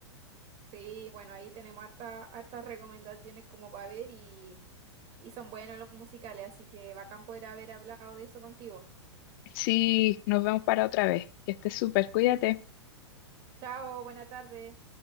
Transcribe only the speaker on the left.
Sí, nos vemos para otra vez. Que estés súper, cuídate.